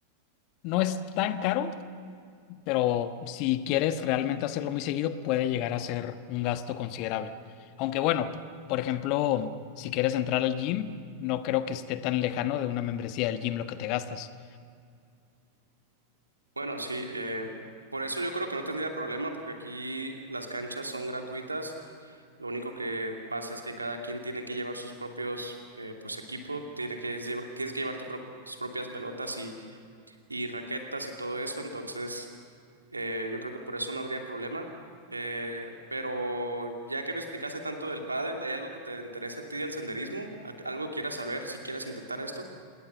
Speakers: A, on the left; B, on the right.
A: No es tan caro pero si quieres realmente hacerlo muy seguido, puede llegar a ser un gasto considerable. Aunque bueno, p- por ejemplo, si quieres entrar al gym, no creo que esté tan lejano de una membresía del gym lo que te gastas.
B: Bueno, sí, eh, por eso yo creo que no tendría problema porque aquí las canchas son gratuitas. Lo único que pasa es que cada quien tiene que llevar sus propios eh, pues equipo, tiene que llevar, tienes que llevar tu pro- tus propias pelotas y, y raquetas y todo eso. Entonces, eh, yo creo que por eso no habría problema. Eh, pero ya que me explicaste tanto del pádel, ¿hay algo que te interese a ti del senderismo? ¿Al- ¿Algo quieras saber si quieres intentar esto?